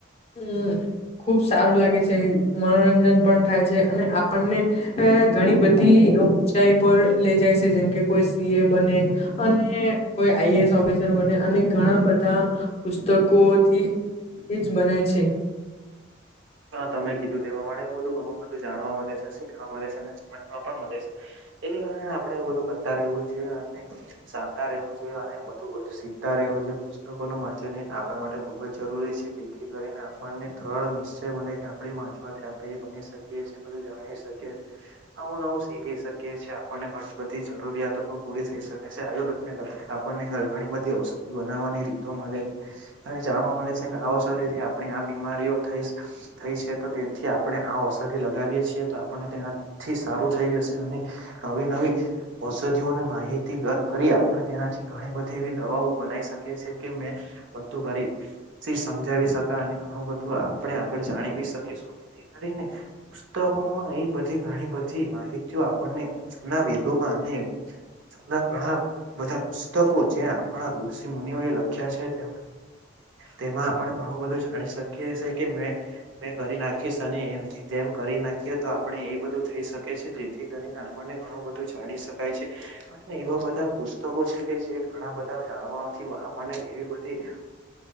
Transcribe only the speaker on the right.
<inaudible> હા તમે કીધું તે પ્રમાણે એવું બધું ઘણું બધું જાણવા મળે છે શીખવા મળે છે અને સમજવા પણ મળે છે. એની કારણે આપણે એ બધું કર વું જોઈએ અને શાતા રહેવું જોઈએ અને બધું શીખતા રહેવું જોઈએ પુસ્તકોનું વાંચન આપણા માટે ખુબ જ જરૂરી છે જેથી કરીને આપણને ત્રણ નિશ્ચ મને કે આપડી વાંચવાથીાય આપણે એ બની શકીએ છીએ પધું જાણી શકીએ નવું નવું શીખી શકીએ. કે છે આપણને ઘણી બધી જરૂરિયાતો પણ પૂરી થઈ શકે છે આયુર્વેદને લગતા આપણને ઘણી બધી ઔષધ બનાવવાની રીતો મળે અને જાણવા મળે છે કે આવો શરીરથી આપણી આ બીમારીઓ થઈ. થઈ છે તો તેથી આપણે આ ઔષધિ લગાવીએ છીએ તો આપને તેનાથી સારું થઈ જશે અને નવી નવી ઔષધિઓને માહિતી કરી આપણે તેનાથી ઘણી બધી એવી દવાઓ. બના શકે છે કે મેં બધું કરી સમજાવી શકા અને ઘણું બધું આપણે આગળ જાણી બી શકીશુંથી કરીને પુસ્તકોમાં એ બધી ઘણી બધી માહિતી. આપણને જના વેદોમાં અને. જૂના ઘણા બધા પુસ્તકો જે આપણા ઋષિ મુનિઓ એ લખ્યા છે તેમ. તેમાં પણ ઘણું બધું જાણી શકી્યી. કે મે મે કરી નાખીશ અને એમથી તેમ કરી નાખીએ તો આપણે એ બધું થઈ શકે છે જેથી. કરીને આપણને ઘણું બધું જાણી શકાય છે અને એવા બધા પુસ્તકો છે કે જે ઘણા બધા. જાણવાથી આપણને એવી બધી